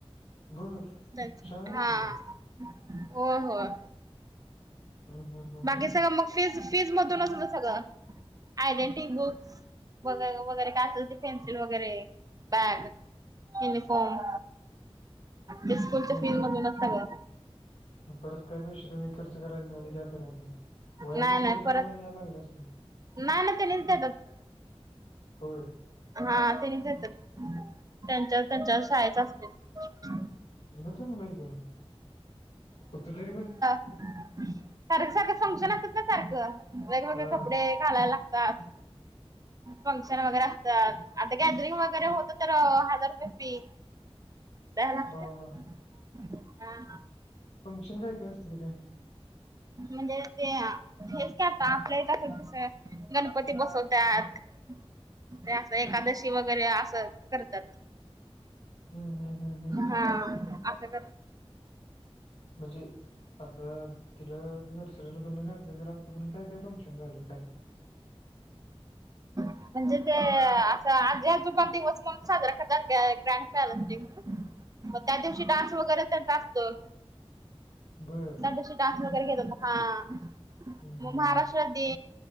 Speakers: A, on the left; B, on the right.
A: बर.
B: तेच
A: शाळा किती
B: हां
A: काय
B: होय होय.
A: हम्म हम्म हम्म
B: बाकी
A: हम्म.
B: सगळं मग फिज -फीज मधूनच मग सगळं आयडेंटी, बुक्स वगैरे वगैरे काय असेल ते पेन्सिल वगैरे बॅग युनिफॉर्म इ स्कूलच्या
A: हो
B: फीज मधूनच सगळं.
A: परत काय पैसे तुम्ही खर्च करायचे नाय ख्याच नाईती? वया
B: नाही
A: पुस्तक
B: नाही
A: तुम्हाला
B: परत
A: घ्याल लागत असतील?
B: नाही ना त्यांनीच देतात
A: होय.
B: हा तेनी देत्यात, त्यांच्या त्यांच्या शाळेचं असतंय.
A: म चांगल हाय की म, फक्त तरीपण
B: कारण सारखं सारखं फंक्शन असतात ना सारखं, वेगवेगळे
A: हा
B: कपडे घालायला लागतात, फंक्शन वगैरे असतात, आत्ता गॅदरिंग वगैरे होतच तर हजार रुपये फी द्याय लागत्यात,
A: हो हो
B: हा.
A: फंक्शन काय काय असतय तिथं?
B: म्हणजे ते आ.. हेच की आता आपल्या इथं असं दुसरं गणपती बसवत्यात. ते असं एकादशी वगैरे असं करतात.
A: ह्म्.. ह्म्म्. ह्म्म्
B: हा.. अस कर
A: म्हणजे आता तिला नर्सरीला तुम्ही घातलं आतापर्यंत काय काय फंक्शन झालं काय? ह <inaudible>
B: म्हणजे ते.. आता आजी -आजोबा दिवस पण साजरा करतात काय ग्रँड पेरेंट्स डे म्हणून.
A: ह <inaudible>
B: मग त्या दिवशी डान्स वगैरे त्यांचा असतो.
A: बर
B: त्या दिवशी डान्स वगैरे घेतात, हा..
A: हम्म
B: मग
A: हम्म
B: महाराष्ट्र डे..